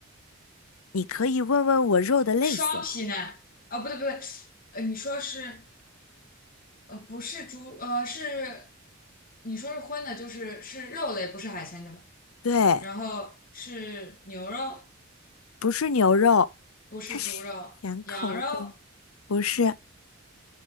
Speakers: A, on the left; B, on the left.
A: 你可以问问我肉的类型。
B: 双皮奶，哦，不对不对，呃，你说是呃不是猪呃是，你说是荤的，就是是肉类，不是海鲜对吧？
A: 对，
B: 然后是牛肉，
A: 不是牛肉，
B: 不是猪肉，
A: 它是甜口的，
B: 羊肉。
A: 不是。